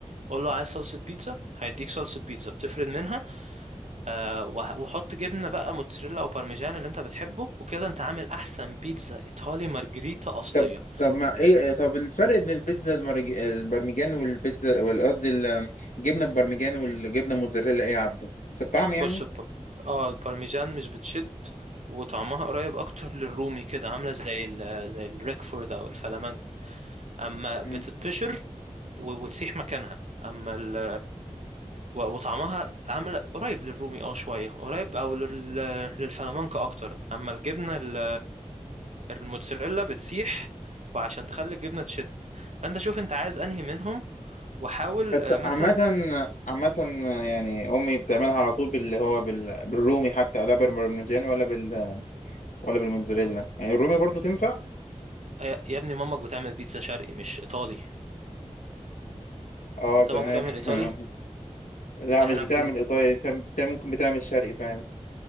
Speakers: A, on the right (about 60°); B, on the left (about 85°).
A: قول له عايز صلصة بيتزا هيديك صلصة بيتزا بتفرد منها آه، وه- وحط جبنة بقى موتزاريلا أو بارميجان اللي أنت بتحبه وكده أنت عامل أحسن بيتزا إيطالي مارجريتا أصلية
B: طب طب ما إيه طب الفرق بين البيتزا المرج... البرمجان والبيتزا وال- قصدي ال- الجبنة البرمجان والجبنة الموتزاريلا إيه يا عبده؟ في الطعم يعني؟
A: بص الب... اه البارميزان مش بتشد وطعمها قريب اكتر للرومي كده عامله زي ال... زي الريكفورد او الفلامنك اما
B: مم.
A: بتتبشر و... وتسيح مكانها اما ال... و... وطعمها عامله قريب للرومي اه شويه قريب او لل... للفلامنك اكتر اما الجبنه ال... الموتزاريلا بتسيح وعشان تخلي الجبنه تشد فانت شوف انت عايز انهي منهم وحاول
B: بس
A: آه،
B: عامة
A: مثلا
B: عامة يعني أمي بتعملها على طول باللي هو بال... بالرومي حتى لا بالبرمجان ولا بال ولا بالموتزاريلا يعني الرومي برضو تنفع؟
A: آه، يا ابني مامك بتعمل بيتزا شرقي مش ايطالي
B: اه
A: انت
B: تمام
A: مامك بتعمل ايطالي
B: <laughs> لا
A: احنا
B: مش بتعمل
A: ب-
B: ايطالي انت بت- ممكن بتعمل شرقي فعلا